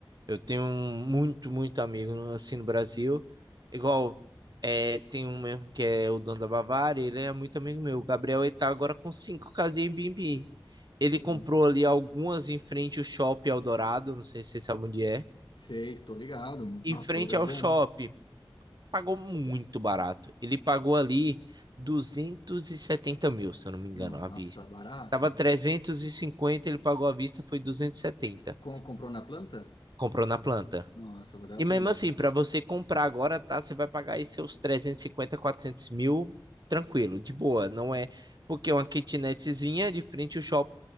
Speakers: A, on the right; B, on the left.
A: Eu tenho um muito, muito amigo no- assim no Brasil. Igual, é, tem um mesmo que é o dono da Bavária, ele é muito amigo meu. O Gabriel, ele tá agora com cinco casas em Airbnb. Ele
B: Boa.
A: comprou ali algumas em frente ao Shopping Eldorado, não sei se vocês sabem onde é.
B: Sei, estou ligado. Nossa,
A: Em frente
B: lugar
A: ao
B: bom.
A: shopping, pagou muito barato. Ele pagou ali 270 mil, se eu não me engano,
B: Nossa,
A: à vista.
B: barato,
A: Tava
B: mano.
A: 350. ele pagou à vista, foi 270.
B: Com- comprou na planta?
A: Comprou na planta.
B: Nossa, valeu
A: E
B: a pena,
A: mesmo assim,
B: mano.
A: para você comprar agora, tá? Você vai pagar aí seus 350, 400 mil, tranquilo, de boa. Não é porque é uma kitnetzinha de frente ao shopping.